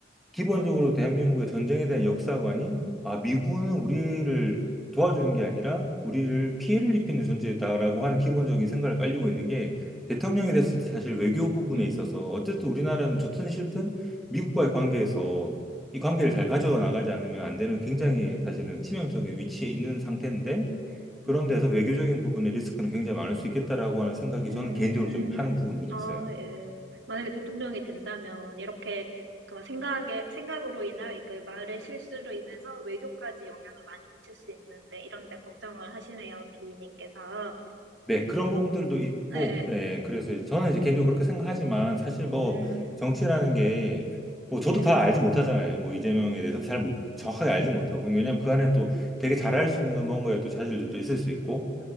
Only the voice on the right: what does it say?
네.
네.
<clears throat>
네.
음,
아,
예. 만약에 대통령이 된다면, 이렇게, 그 생각에, 생각으로 인하그 말의 실수로 인해서 외교까지 영향을 많이 미칠 수 있는데, 이런데 걱정을 하시네요, 비님께서.
네, 네.
음,
네네.